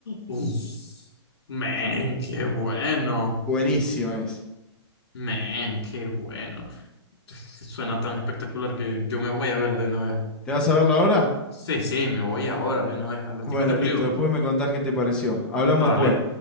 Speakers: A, on the left (about 65°); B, in the centre.
A: Uf. Men, qué bueno.
B: Buenísima es.
A: Men, qué bueno. Suena tan espectacular que yo me voy a verla de una vez.
B: ¿Te vas a verla ahora?
A: Sí, sí, me voy ahora de una vez. Al ratico
B: Bueno,
A: te escribo.
B: listo. Después me contás qué te pareció. Hablamos
A: Dale.
B: después.